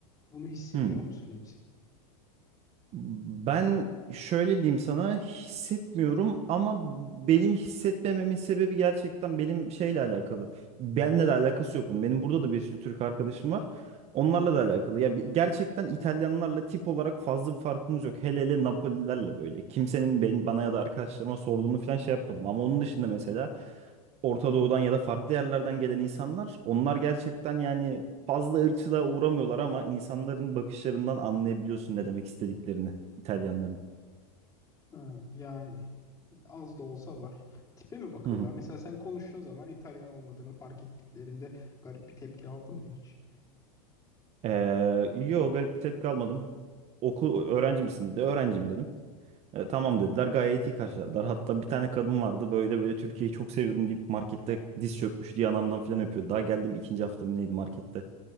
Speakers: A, on the left; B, on the right.
A: Bunu hissediyor
B: Hı.
A: musun hiç?
B: Ben şöyle diyeyim sana hissetmiyorum ama benim hissetmememin sebebi gerçekten benim şeyle alakalı. Benle de alakası yok bunun. Benim burada da bir sürü Türk arkadaşım var. Onlarla da alakalı. Ya bi- gerçekten İtalyanlarla tip olarak fazla bir farkımız yok. Hele hele Napolilerle böyle. Kimsenin ben, bana ya da arkadaşlarıma sorduğunu falan şey yapmadım. Ama onun dışında mesela Orta Doğu'dan ya da farklı yerlerden gelen insanlar onlar gerçekten yani fazla ırkçılığa uğramıyorlar ama insanların bakışlarından anlayabiliyorsun ne demek istediklerini İtalyanların.
A: Ha, yani az da olsa var. Tipe mi bakıyorlar?
B: Hı hı.
A: Mesela sen konuştuğun zaman İtalyan olmadığını fark ettiklerinde garip bir tepki aldın mı hiç?
B: Ee, yo garip bir tepki almadım. Okul öğrenci misin dedi. Öğrenciyim dedim. "E, tamam dediler. Gayet iyi karşıladılar. Hatta bir tane kadın vardı böyle böyle Türkiye'yi çok seviyorum deyip markette diz çökmüş diye anamdan falan öpüyordu. Daha geldim ikinci haftamı neydi markette.